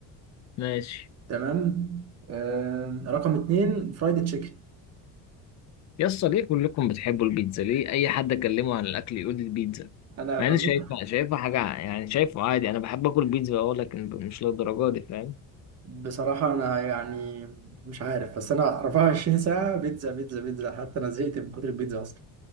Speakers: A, on the left; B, on the right.
A: ماشي
B: تمام آه رقم اتنين فرايد تشيكن
A: يا اسطى ليه كلكم بتحبوا البيتزا ليه اي حد اكلمه عن الاكل يقول لي البيتزا
B: انا
A: مع
B: بموت
A: اني شايفها شايفها حاجه ع- يعني شايفه عادي انا بحب اكل بيتزا اقول لك مش للدرجه دي فاهم
B: بصراحه انا يعني مش عارف بس انا 24 ساعه بيتزا بيتزا بيتزا حتى انا زهقت من كتر البيتزا اصلا